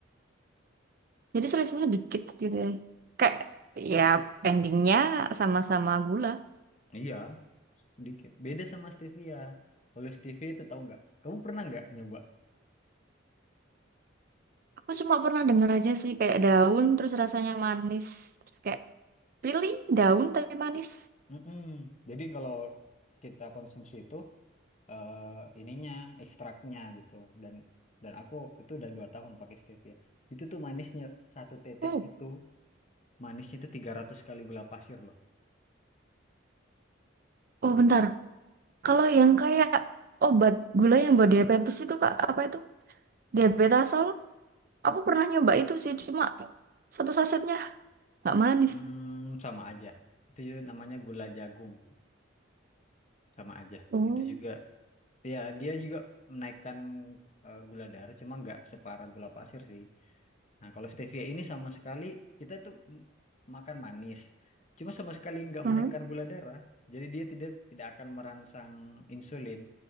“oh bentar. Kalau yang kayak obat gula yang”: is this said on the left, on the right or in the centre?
Right